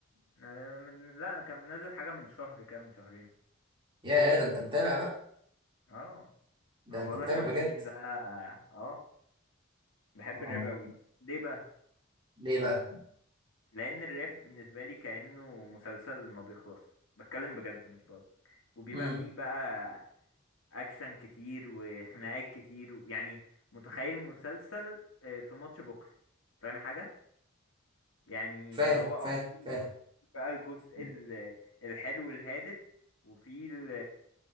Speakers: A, on the left; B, on the right.
A: آه، من لا كان نازل حاجة من شهر كده من شهرين
B: ياه ده انت متابع بقى
A: اه
B: ده
A: انا
B: انت
A: بقول
B: متابع
A: لك انا
B: بجد
A: سين ده اه بحب
B: آه.
A: الراب قوي ليه بقى
B: ليه بقى
A: لان الراب بالنسبة لي كأنه مسلسل ما بيخلص بتكلم بجد مش بهزر وبيبقى
B: امم
A: فيه بقى اكشن كتير وخناقات كتير و... يعني متخيل مسلسل آه، في ماتش بوكس فاهم حاجة يعني
B: فاهم
A: اللي هو اه
B: فاهم
A: في
B: فاهم
A: في بقى الجزء
B: مم.
A: ال- الحلو الهادف وفي ال